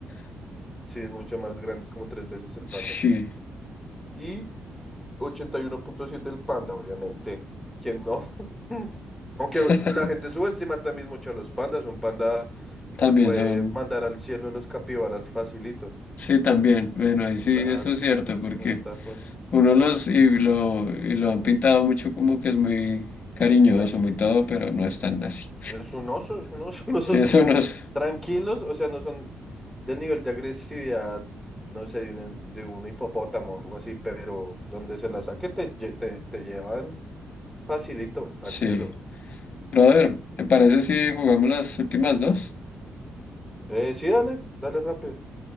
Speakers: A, on the left; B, in the centre.
A: <laughs>
B: Sí, es mucho más grande, es como tres veces el
A: Sí.
B: panda. Y ochenta y uno punto siete el panda, obviamente. ¿Quién no? <laughs> Aunque
A: <laughs>
B: la gente subestima también mucho a los pandas. Un panda
A: También
B: te puede
A: son,
B: mandar al cielo los capibaras facilito.
A: sí, también. Bueno, ahí sí,
B: Claro,
A: eso es cierto,
B: ellos
A: porque
B: tienen harta fuerza.
A: uno los y lo, y lo han pintado mucho como que es muy cariñoso,
B: Tranquilate.
A: muy todo, pero no es tan así.
B: Es un oso, es un oso. <laughs> Los
A: Sí,
B: osos
A: eso
B: son
A: unos,
B: tranquilos, o sea, no son del nivel de agresividad, no sé, de un, de un hipopótamo o algo así, pero donde se la saque te, lle- te, te llevan Facilito, al
A: sí.
B: cielo.
A: Brother, ¿te parece si jugamos las últimas dos?
B: Eh, sí, dale, dale rápido.